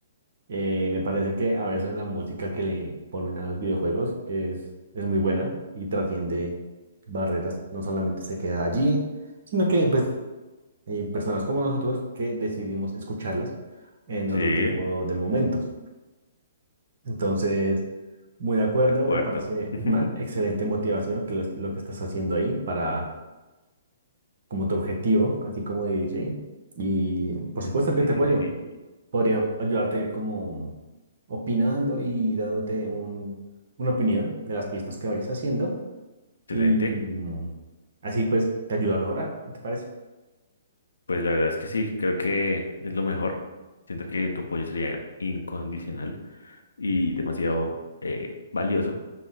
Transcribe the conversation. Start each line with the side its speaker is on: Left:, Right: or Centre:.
Right: Eh, me parece que a veces la música que le ponen a los videojuegos es, es muy buena y trasciende barreras, no solamente se queda allí, sino que pues, hay personas como nosotros que decidimos escucharlas en
Left: Sí,
Right: otro
Left: de
Right: tipo de momentos. Entonces, muy de acuerdo,
Left: acuerdo.
Right: me parece
Left: <laughs>
Right: una excelente motivación que lo, lo que estás haciendo ahí para como tu objetivo, así como DJ. Y por supuesto
Left: El
Right: que
Left: DJ.
Right: te apoyo. Podría ayudarte como opinando y dándote un, una opinión de las pistas que vayas haciendo
Left: Excelente.
Right: y mm, así pues te ayuda a mejorar, ¿qué te parece?
Left: Pues la verdad es que sí, creo que es lo mejor. Siento que tu apoyo sería incondicional y demasiado eh, valioso.